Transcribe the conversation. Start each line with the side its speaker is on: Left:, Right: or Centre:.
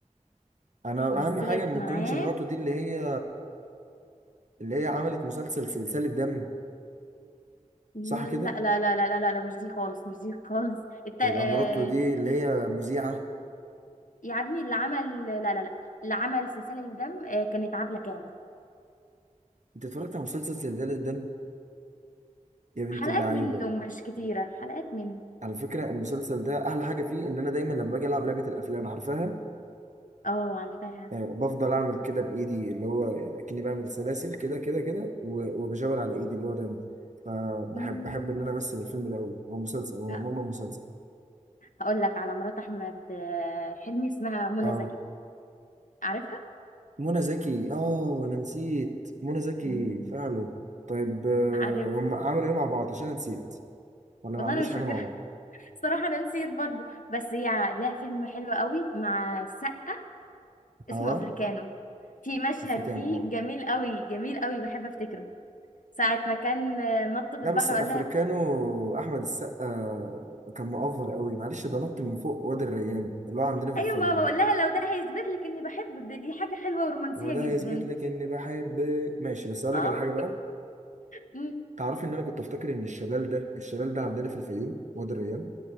Right: انا
Left: مثلت
Right: اهم حاجه ما
Left: معاه
Right: تكونش مراته دي اللي هي اللي هي عملت مسلسل سلسله دم
Left: لا
Right: صح كده
Left: لا لا لا لا لا لا مش دي خالص مش دي خالص الت...
Right: يبقى
Left: آه،
Right: مراته دي اللي هي مذيعه
Left: يعدني اللي عمل لا لا لا اللي عمل سلسلة الدم آه، كانت عبلة كامل
Right: انت اتفرجت على مسلسل سلسله دم يا بنت
Left: حلقات
Right: اللعيبه
Left: منه مش كتيرة حلقات منه
Right: على فكره المسلسل ده احلى حاجه فيه ان انا دايما لما باجي العب لعبه الافلام عارفاها
Left: اه عارفاها
Right: آه، بفضل اعمل كده بايدي اللي هو يعني اكني بعمل سلاسل كده كده كده و- وبشاور على ايدي اللي هو دم فبحب
Left: مم.
Right: بحب ان انا امثل الفيلم ده قوي هو مسلسل هو
Left: ه-
Right: عموما مسلسل
Left: هقول لك على مرات احمد آه، حلمي اسمها منى
Right: اه
Left: زكي عارفها
Right: منى زكي اه انا نسيت منى زكي
Left: مم.
Right: فعلا طيب آه،
Left: عارف
Right: هم عملوا ايه مع بعض عشان أنا نسيت ولا
Left: والله
Right: ما عملوش
Left: انا مش
Right: حاجه
Left: فاكره
Right: مع
Left: <laughs>
Right: بعض
Left: صراحه انا نسيت برضو بس هي لها فيلم حلو قوي مع السقا اسمه
Right: اه
Left: افريكانو في مشهد
Right: افريكانو
Left: فيه
Right: اه
Left: جميل قوي جميل قوي بحب افتكره ساعة ما كان آه، نط في
Right: لا
Left: البحر
Right: بس
Left: وقال
Right: افريكانو
Left: لها
Right: احمد السقا كان مؤفر قوي معلش ده نط من فوق وادي الريان اللي هو عندنا في
Left: ايوه
Right: الفيوم
Left: ما بقول لها لو ده هيثبت لك اني بحبك ده دي حاجه حلوه ورومانسيه
Right: لو ده يثبت
Left: جدا
Right: لك اني بحب ماشي بس اقول
Left: اه
Right: لك على حاجه بقى
Left: مم.
Right: تعرفي ان انا كنت افتكر ان الشلال ده الشلال ده عندنا في الفيوم وادي الريان